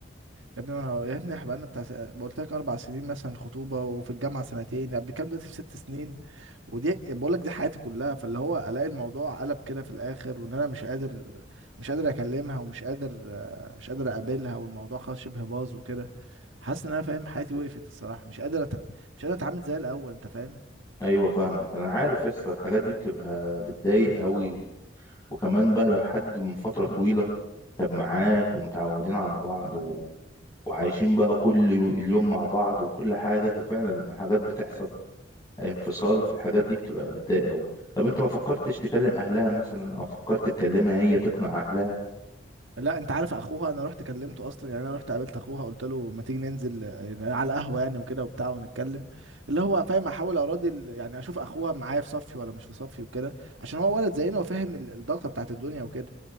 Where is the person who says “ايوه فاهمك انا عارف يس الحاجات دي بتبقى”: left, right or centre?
Left